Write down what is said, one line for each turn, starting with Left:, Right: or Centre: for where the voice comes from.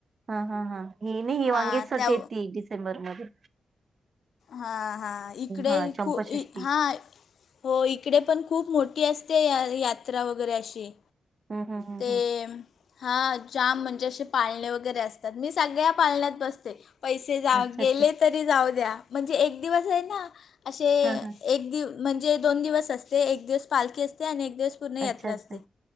Right: हा, हा, हा, ही
Left: हां
Right: <unintelligible>
Left: त्या
Right: वांगेसाठी येती डिसेंबरमध्ये
Left: हा हा, इकडे
Right: हा चंपाषष्ठी
Left: खू, हा हो, इकडे पण खूप मोठी असते, या यात्रा वगैरे अशी.
Right: हम्म हम्म हम्म
Left: ते
Right: हम्म
Left: हा, जाम म्हणजे असे पाळणे वगैरे असतात, मी सगळ्या पाळण्यात बसते. पैसे जाऊ
Right: अच्छा
Left: गेले
Right: अच्छा
Left: तरी जाऊ द्या, म्हणजे एक दिवस आहे ना, असे
Right: हा हा
Left: एक दिव म्हणजे दोन दिवस असते, एक दिवस पालखी असते, आणि एक दिवस पूर्ण यात्रा
Right: अच्छा अच्छा
Left: असते,